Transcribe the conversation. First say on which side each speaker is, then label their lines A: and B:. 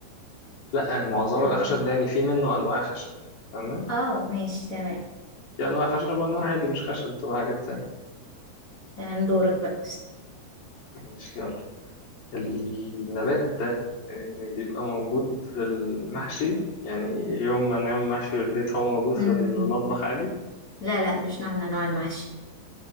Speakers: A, on the left; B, on the left.
A: لا معظم
B: <laughs>
A: الخشب ده يعني في منه انواع خشب تمام
B: اه ماشي تمام
A: في انواع خشب وانواع عادي مش خشب بتبقى حاجات تانية
B: تمام دورك بقى
A: ماشي يلا النبات ده آه، بيبقى موجود في المحشي يعني يوم ما نعمل محشي في البيت هو موجود
B: مم.
A: في المطبخ عادي
B: لا لا مش نوع من انواع المحشي